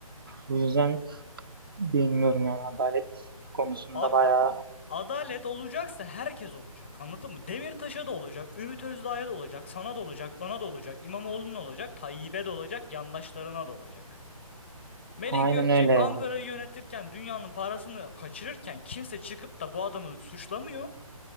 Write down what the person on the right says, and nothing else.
bu yüzden bilmiyorum yani adalet konusunda
bayağı
Aynen
öyle
ya.